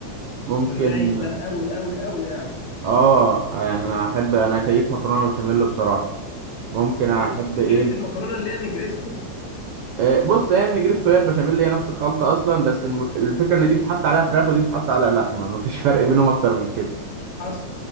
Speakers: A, on the right; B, on the left.
A: ممكن
B: الرايق ده قوي قوي قوي يعني
A: اه يعني انا احب انا كيف مكرونه بشاميل بصراحه ممكن احب
B: حلو بتحب
A: ايه
B: المكرونه اللي هي نجريسكو
A: آه، بص هي النجريسكو هي البشاميل هي نفس الخلطه اصلا بس الم- الفكره ان دي بتحط عليها فراخ ودي بتحط عليها لحمه مفيش <laughs> فرق بينهم اكتر من كده
B: حصل